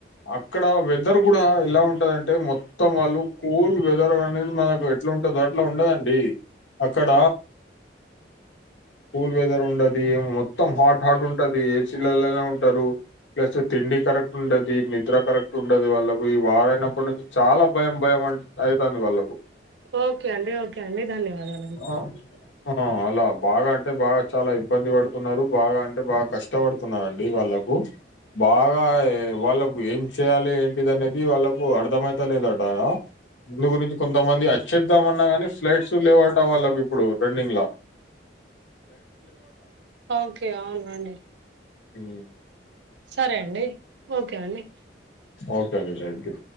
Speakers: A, on the left (about 80°); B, on the right (about 70°).
A: అక్కడ వెదర్ కూడా ఎలా ఉంటుందంటే మొత్తం వాళ్ళు కూల్ వెదర్ అనేది మన ఎట్లా ఉంటదో దోట్లో ఉండదండి అక్కడ కూల్ వెదర్ ఉండది మొత్తం హాట్ హాట్ ఉంటది ఏసీలలోనే ఉంటారు ప్లస్ తిండి కరెక్ట్ ఉండది నిద్ర కరెక్ట్ ఉండదు వాళ్ళకు ఈ వారయినప్పటి నుంచి చాలా భయం భయం అంట ఐకాన్ వాళ్ళకు
B: ఓకే అండి ఓకే అండి ధన్యవాదాలండి
A: ఆ, ఆ అలా బాగా అంటే బాగా చాలా ఇబ్బంది పడుతున్నారు బాగా అంటే బాగా కష్టపడుతున్నండి వాళ్ళ కు బాగా వాళ్ళకు ఏం చేయాలి ఏంటిది అనేది వాళ్ళకు అర్థమయి తనేది ఏటయా ముందు గురించి కొంతమంది వచ్చేద్దామన్నా గాని ఫ్లట్స్ లేవంటా వాళ్ళ ఇప్పుడు రన్నింగ్ లా
B: ఓకే అవును అండి
A: హమ్
B: సరే అండి ఓకే అండి
A: ఓకే అండి థ్యాంక్యా